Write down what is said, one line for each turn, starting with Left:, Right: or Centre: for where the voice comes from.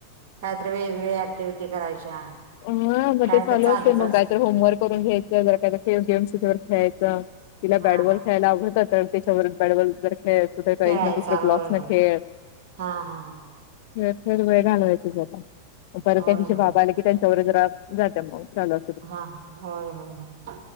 Right: काय तर वेगवेग्या ऍक्टिव्हटी करायच्या
Left: हा मग
Right: काय
Left: ते
Right: तर
Left: ल
Right: चालूच
Left: असेल मग
Right: असतं.
Left: कायतर होमवर्क करून घ्यायचं जर गेम्स खेळायं तिला
Right: हा
Left: बॅटबॉल
Right: हा हा.
Left: खेळायला आवडत तर त्याच्यावर बॅटबॉल जर खेळायच कुठेही प्रईज
Right: खेळायचा
Left: न दुसरं
Right: होय
Left: ब्लॉक्स न
Right: होय.
Left: ठेत
Right: हा हा हा.
Left: थेर वेळ घालवायची जात परत
Right: होय
Left: त्या तिशी
Right: होय
Left: बाबा आले की त्यांच्या औज्र जाते मगून चाल ल
Right: हा होय होय होय